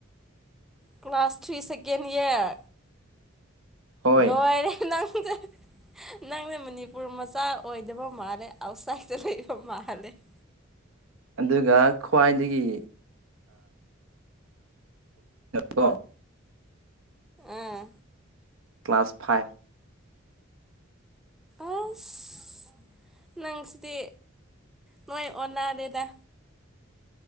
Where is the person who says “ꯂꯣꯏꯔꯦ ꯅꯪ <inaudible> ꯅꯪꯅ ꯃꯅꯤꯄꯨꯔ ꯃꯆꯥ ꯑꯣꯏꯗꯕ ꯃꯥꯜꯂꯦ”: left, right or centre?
Centre